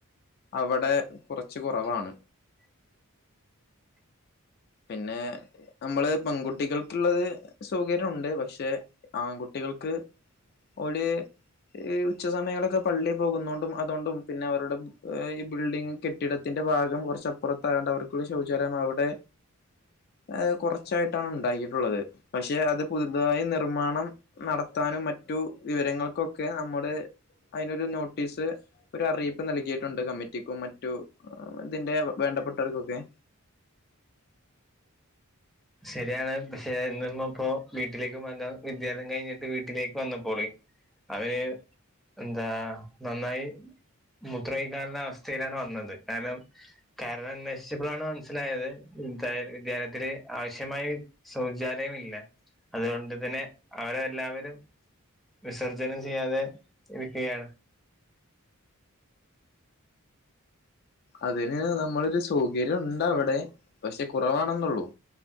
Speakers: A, on the left; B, in the centre.
A: അവിടെ കുറച്ച് കുറവാണ്
B: <inaudible>
A: പിന്നെ മ്മള് പെൺകുട്ടികൾക്കുള്ളത് സൗകര്യംണ്ട് പക്ഷെ ആൺകുട്ടികൾക്ക് ഒടെ ഈ ഉച്ച സമയങ്ങളൊക്കെ പള്ളിയിൽ പോകുന്നണ്ടും അതുകൊണ്ടും പിന്നെ അവരുടെ ഈ ബിൽഡിങ് കെട്ടിടത്തിന്റെ ഭാഗം കുറച്ചപ്പുറത്തായോണ്ട് അവർക്കുള്ള ശൗചാലയം അവിടെ ഏ കുറച്ചായിട്ടാണ് ഉണ്ടാക്കിയിട്ടുള്ളത് പക്ഷെ അത് പുതുതായി നിർമ്മാണം നടത്താനും മറ്റു വിവരങ്ങൾക്കൊക്കെ നമ്മുടെ അതിനൊരു നോട്ടീസ് ഒരു അറിയിപ്പ് നൽകിയിട്ടുണ്ട് കമ്മിറ്റിക്കും മറ്റ് രൂ തിന്റെ വേണ്ടപ്പെട്ടവർക്കൊക്കെ
B: ശരിയാണ് പക്ഷെ എന്നമ്മ ഇപ്പോ വീട്ടിലേക്ക് വ വിദ്യാലയം കഴിഞ്ഞിട്ട് വീട്ടിലേക്ക് വന്നപ്പോളി അവന് എന്താ നന്നായി മുത്രയ്കാള്ള അവസ്ഥയിലാണ് വന്നത് കാരണം കാരണം അന്വേഷിച്ചപ്പളാണ് മനസ്സിലായത് ഇ വിദ്യാ വിദ്യാലയത്തില് ആവശ്യമായ സൗചാലയമില്ല അതുകൊണ്ട് തന്നെ അവരെല്ലാവരും വിസർജനം ചെയ്യാതെ ഇരിക്കുകയാണ്
A: അതിന് നമ്മളൊരു സൗകര്യം ഉണ്ടവിടെ പക്ഷെ കുറവാണെന്നൊള്ളൂ